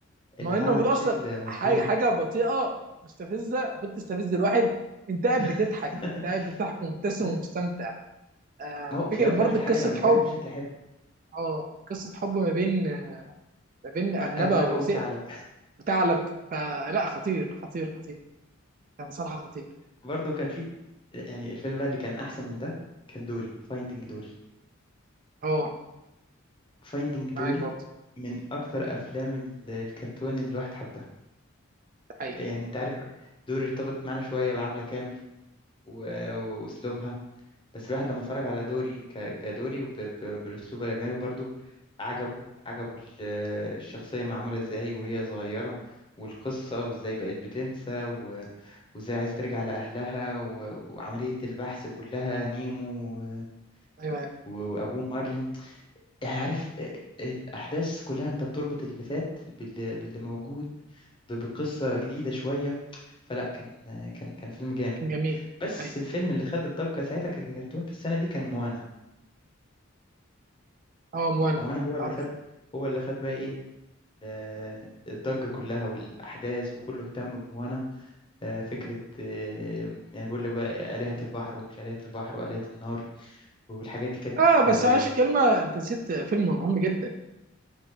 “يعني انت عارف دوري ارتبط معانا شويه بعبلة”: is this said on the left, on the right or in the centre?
Left